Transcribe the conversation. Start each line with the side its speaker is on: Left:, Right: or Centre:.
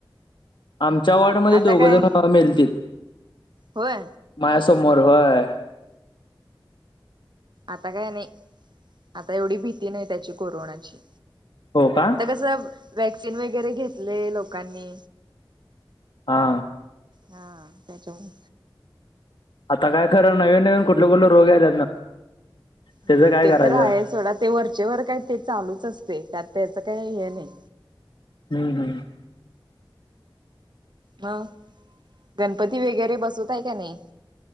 Left: आमच्या वॉर्डमध्ये
Right: आता
Left: दोघं
Right: काय
Left: जण वा मेलतीत.
Right: होय
Left: माझ्यासमोर व्हयं.
Right: आता काय नाही आता एवढी भीती नाही त्याची कोरोनाची.
Left: हो का
Right: आता कस वॅक्सिन वगैरे घेतलय लोकांनी.
Left: हा
Right: हा त्याच्यामु
Left: आता काय खरं नवीन नवीन कुठलं कुठलं रोग आलात ना त्याचं
Right: होय
Left: काय
Right: ते
Left: करायचं
Right: तर आहे सोडा ते वरचे वर काही ते चालूच असते त्यात त्याचं काही हे नाही
Left: हम् हम
Right: ह गणपती वगैरे बसवतय का नाही